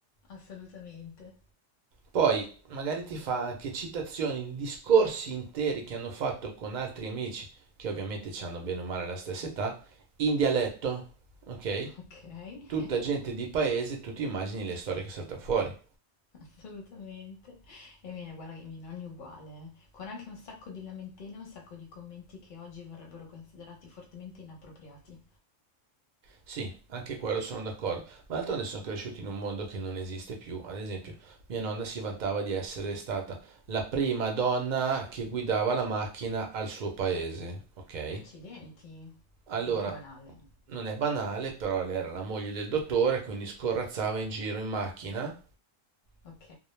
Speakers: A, on the left; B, on the right.
A: assolutamente.
B: Poi magari ti fa anche citazioni di discorsi interi che hanno fatto con altri amici, che ovviamente ci hanno bene o male la stessa età, in dialetto, ok?
A: Ok.
B: Tutta
A: <laughs>
B: gente di paese, tu ti immagini le storie che saltano fuori.
A: Assolutamente. E i miei guarda i miei nonni uguale, eh, con anche un sacco di lamentele, un sacco di commenti che oggi verrebbero considerati fortemente inappropriati.
B: Sì, anche quello sono d'accordo, ma d'altronde sono cresciuti in un mondo che non esiste più. Ad esempio, mia nonna si vantava di essere stata la prima donna che guidava la macchina al suo paese, ok?
A: Accidenti,
B: Allora,
A: non è banale.
B: non è banale, però lei era la moglie del dottore, quindi scorrazzava in giro in macchina
A: Ok,